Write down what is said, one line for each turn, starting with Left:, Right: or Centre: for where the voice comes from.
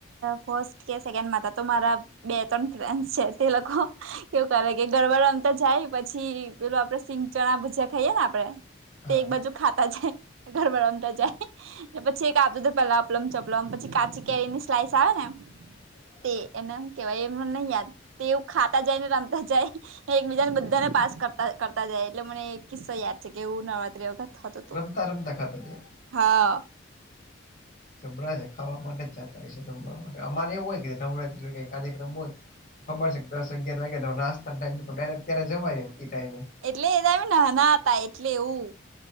Right: ફર્સ્ટ કે સેકન્ડમાં હતા તો મારા બે ત્રણ ફ્રેન્ડ છે તે લોકો કેવું કરે કે ગરબા રમતા જાય પછી પેલું આપડે સિંગ ચણા ભૂજયા ખાઈએ ને આપડે
Left: હા
Right: તે એક બાજુ ખાતા જ ઘરમાં રમતા જ પછી એક આપું હતું પેલા અપલમ ચપલમ પછી કાચી કેરી ની સ્લાઈસ આવે ને
Left: <inaudible>
Right: તે એને હું કેવાય એમને નહી યાદ તે એવું ખાતા જાય ને રમતા જાય એકબીજા ને બધાને પાસ કરતા કરતા જાય એટલે મને એક કિસ્સો યાદ છે કે એવું નવરાત્રી વખત થતું હતું.
Left: રમતા રમતા ખાતા જાય
Right: હા
Left: જબરા છે ખાવા માટે જતા હોય છે રમવા માટે અમારે એવું હોય કે નવરાત્રી કઈ કાર્યક્રમ હોય તો ખબર છે કે દસ અગિયાર વાગ્યા તો નાસ્તા ટાઈમ છે તો ડાયરેક ત્યારે જવામ ઈ ટાઈમે
Right: એટલે એતો અમે નાના હતા એટલે એવું